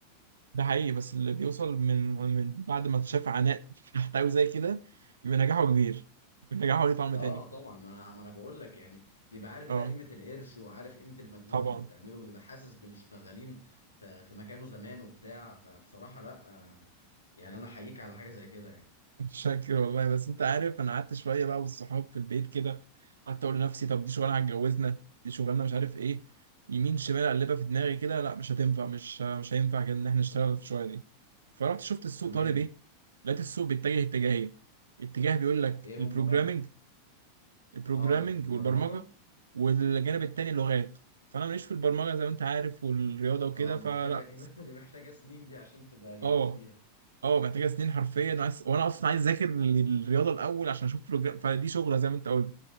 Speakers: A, on the right (about 70°); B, on the left (about 80°).
A: ده حقيقي بس اللي بيوصل من من بعد ما شاف عناء تحتوي زي كده يبقى نجاحه كبير يبقى نجاحه ليه طعم
B: اه
A: تاني
B: طبعا ما انا ما انا بقول لك يعني بيبقى عارف
A: اه
B: بقى قيمه القرش وعارف قيمه المجهود
A: طبعا
B: اللي بتعمله بيبقى حاسس باللي شغالين في في مكانه زمان وبتاع فبصراحه لا آه، يعني انا احييك على حاجه زي كده يعني
A: شاكر والله بس انت عارف انا قعدت شويه بقى والصحاب في البيت كده قعدت اقول لنفسي طب دي شغلانه هتجوزنا دي شغلانه مش عارف ايه يمين شمال اقلبها في دماغي كده لا مش هتنفع مش مش هينفع كده ان احنا نشتغل في الشغلانه دي فرحت شفت السوق
B: تمام
A: طالب ايه لقيت السوق بيتجه اتجاهين اتجاه بيقول لك
B: ايه هم
A: البروجرامنج
B: بقى
A: البروجرامنج
B: اه البرمجه
A: والبرمجه والجانب التاني لغات فانا ماليش في البرمجه زي ما انت عارف والرياضه وكده
B: اه محتاجه
A: فلا
B: دي بقى <laughs> دي محتاجه سنين دي عشان تبقى جامد
A: اه
B: فيها
A: اه محتاجه سنين حرفيا وعايز- وانا اصلا عايز اذاكر للرياضه الاول عشان اشوف بروجرام فدي شغله زي ما انت قلت